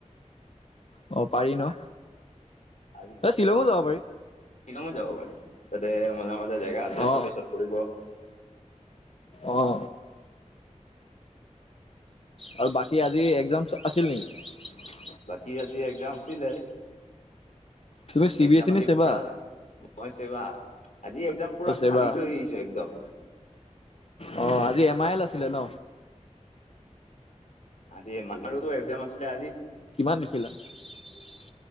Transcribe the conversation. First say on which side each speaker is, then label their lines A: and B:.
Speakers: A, on the left; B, on the left.
A: অ পাৰি ন।
B: হজ হ
A: এ শ্বিলঙো যাব পাৰি
B: শ্বিলং যাব পাৰি। অ দে। মজা মজা জেগা আছে
A: অ
B: চতে চত পৰিব।
A: অহ। আৰু বাকী আজি একজামছ আছিল নেকি।
B: বাকী আজি একজাম আছিলে।
A: তুমি চি
B: একজাম
A: বি এছ ই
B: আজি
A: নে ছেবা
B: পুৰা মই চেবা। আজি একজাম পুৰা
A: অ ছেবা
B: ফালিচ হৈ আহিছো একদম।
A: অ এম আইল আছিলে ন?
B: আজি মান একজাম আছিল আজি
A: কিমান <unintelligible>